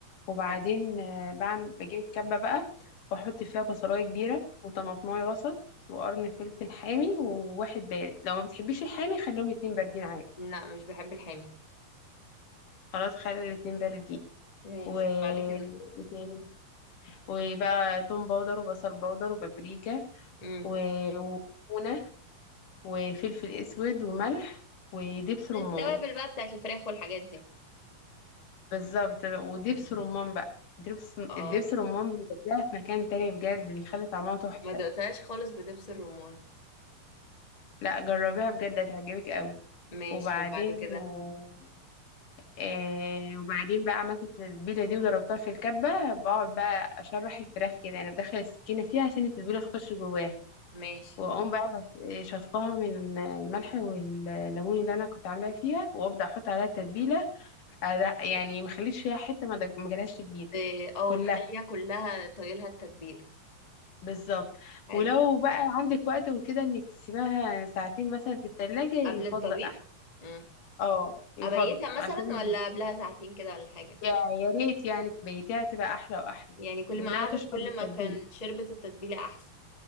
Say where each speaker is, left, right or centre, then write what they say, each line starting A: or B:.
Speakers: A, on the left; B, on the left.
A: وبعدين
B: مم.
A: آه، بعمل بجيب الكبة بقى واحط فيها بصلاية كبيرة وطماطماية وسط وقرن فلفل حامي وواحد بارد لو ما بتحبيش الحامي خليهم اتنين باردين عادي
B: لا مش بحب الحامي
A: خلاص خلي الاتنين باردين
B: ماشي
A: و...
B: وبعد كده
A: وتاني- وبقى توم باودر وبصل باودر وبابريكا
B: امم
A: و... وكمونة وفلفل اسود وملح ودبس رمان
B: التوابل بقى بتاعت الفراخ والحاجات دي
A: بالظبط ودبس رمان بقى دبس
B: اه
A: الدبس رمان بيوديها في مكان تاني بجد بيخلي طعمها تحفة
B: ما دقتهاش خالص بدبس الرمان
A: لا جربيها بجد هتعجبك قوي
B: ماشي
A: وبعدين
B: وبعد كده
A: آه آه، وبعدين بقى عملت التتبيلة دي وضربتها في الكبة بقعد بقى أشرح الفراخ كده أنا بدخل السكينة فيها عشان التتبيلة تخش جواها
B: ماشي
A: وأقوم بقى شطفها من الملح والليمون اللي أنا كنت عاملاها فيها وأبدأ أحط عليها التتبيلة آه، لا، يعني ما خليتش فيها حتة ما دج- ما جالهاش تتبيلة
B: إيه، اه
A: كلها
B: تخليها كلها طايلها التتبيلة
A: بالظبط
B: حلو
A: ولو بقى عندك وقت وكده انك تسيبها ساعتين مثلا في التلاجة يفضل
B: قبل الطبيخ
A: احسن
B: امم
A: اه يفضل
B: ابيتها
A: عشان
B: مثلا ولا قبلها ساعتين كده ولا حاجة
A: يا يا ريت يعني بيتها تبقى احلى واحلى
B: يعني كل
A: انها
B: ما قعدت
A: تشرب
B: كل
A: من التتبيله
B: ما كان شربت التتبيلة احسن